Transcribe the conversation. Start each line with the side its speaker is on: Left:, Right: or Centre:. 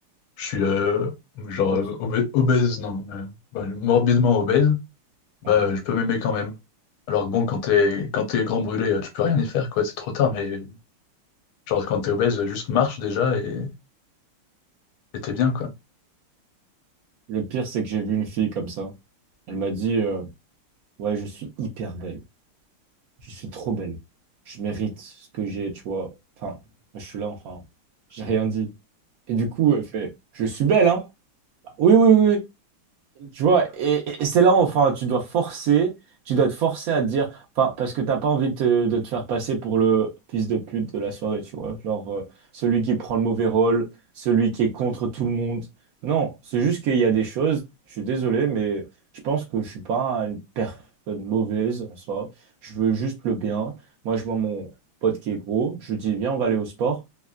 Left: je suis euh, genre
Right: posent.
Left: euh, obé- obèse, non, euh, bah, morbidement obèse, bah
Right: Ouais.
Left: euh, je peux m'aimer quand même. Alors que bon, quand t'es quand t'es grand brûlé, euh, tu peux rien y faire, quoi, c'est trop tard, mais genre quand t'es obèse, euh, juste marche déjà et et t'es bien, quoi.
Right: Le pire, c'est que j'ai vu une fille comme ça. Elle m'a dit, euh, ouais, je suis hyper belle. je suis trop belle. Je mérite ce que j'ai, tu vois. Enfin, moi, je suis là, enfin, j'ai rien dit. Et du coup, elle fait, je suis belle, hein? Bah, Oui, oui, oui. oui. Tu vois, et, et c'est là où enfin, tu dois forcer, tu dois te forcer à te dire, enfin, parce que t'as pas envie de te, de te faire passer pour le fils de pute de la soirée, tu vois, genre euh, celui qui prend le mauvais rôle, celui qui est contre tout le monde. Non, c'est juste qu'il y a des choses, je suis désolé, mais je pense que je suis pas une personne mauvaise en soi, je veux juste le bien. Moi, je vois mon pote qui est gros, je lui dis, viens, on va aller au sport.